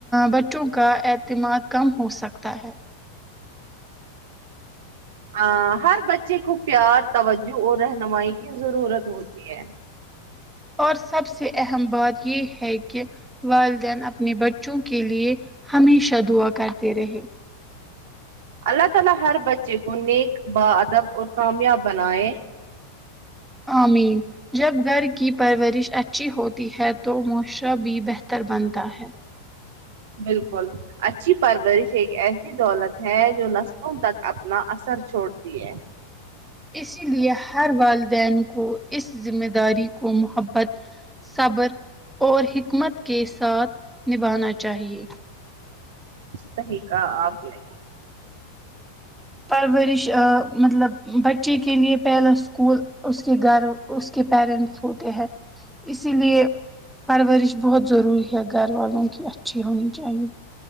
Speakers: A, in the centre; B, on the right (about 55°).
A: بچوں کا اعتماد کم ہو سکتا ہے
B: ا ہر بچے کو پیار توجہ اور رہنمائی کی ضرورت ہوتی ہے
A: اور سب سے اہم بات یہ ہے کہ والدین اپنے بچوں کے لیے ہمیشہ دعا کرتے رہے
B: اللہ تعالی ہر بچے کو نیک با ادب اور کامیاب بنائے
A: آمین جب گھر کی پرورش اچھی ہوتی ہے تو موشر بھی بہتر بنتا ہے
B: بالکل اچھی پرورش ایک ایسی دولت ہے جو نسلوں تک اپنا اثر چھوڑ تی ہے
A: اسی لیے ہر والدین کو اس ذمہ داری کو محبت صبر اور حکمت کے ساتھ نبھانا چاہیے
B: سہی کہا آپ نے
A: پرورش مطلب بچے کے لیے پہلا اسکول اس کے گھر اس کے پیرنٹس ہوتے ہیں اسی لیے پرورش بہت ضروری ہے گھر والوں کی اچا اچھی ہونی چاہیے